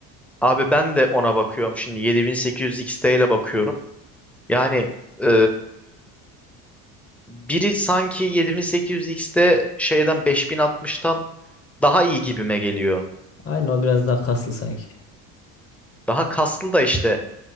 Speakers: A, in the centre; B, on the left (about 35°).
A: Abi ben de ona bakıyorum şimdi 7800 XT ile bakıyorum. Yani e, biri sanki 7800 XT şeyden 5060'tan daha iyi gibime geliyor.
B: Aynı o biraz daha kaslı sanki.
A: Daha kaslı da işte